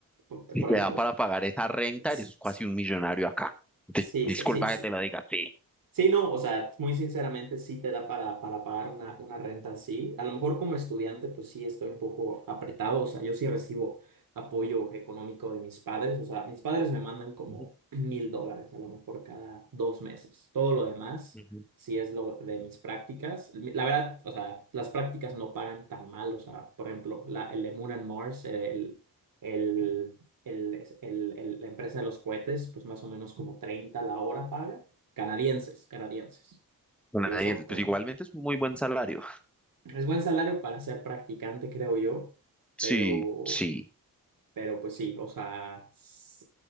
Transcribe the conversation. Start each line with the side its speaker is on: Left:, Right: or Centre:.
Right: por,
Centre: y
Right: por
Centre: te
Right: ejemplo,
Centre: da para
Right: s-
Centre: pagar esa renta,
Right: s-
Centre: eres casi un millonario acá. Te-
Right: sí,
Centre: disculpa
Right: so- sí, sí,
Centre: que te lo diga, sí.
Right: Sí, no, o sea, muy sinceramente sí te da para, para pagar una, una renta así. A lo mejor como estudiante, pues sí estoy un poco apretado, o sea, yo sí recibo apoyo económico de mis padres, o sea, mis padres me mandan como
Centre: Ujú,
Right: <clears throat> mil dólares a lo mejor cada dos meses. Todo lo demás,
Centre: ujú.
Right: sí es lo de mis prácticas. Mi- La verdad, o sea, las prácticas no pagan tan mal, o sea, por ejemplo, la, el de Moon and Mars, el, el, el, el- el- la empresa de los cohetes, pues más o menos como 30 la hora paga canadienses, canadienses,
Centre: Canadienses,
Right: que son con...
Centre: Pues igualmente es un muy buen salario.
Right: pues, Es buen salario para ser practicante, creo yo, pero,
Centre: Sí, sí.
Right: pero pues sí, o sea, s-